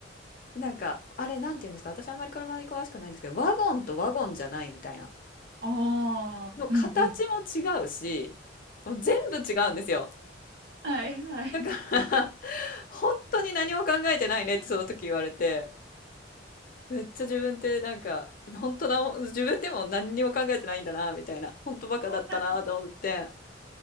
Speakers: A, on the left; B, on the right.
A: なんか、あれ、なんて言うんですか、私あんまり車に詳しくないんですけど、ワゴンとワゴンじゃないみたいな。
B: ああー、
A: の形も違うし、
B: うんうん。
A: もう全部違うんですよ。
B: はいはい。
A: だから本当に何も考えてないねってその時言われて、めっちゃ自分ってなんか、本当だもん、自分でも何にも考えてないんだな、みたいな、本当バカだったなと思って、
B: <laughs>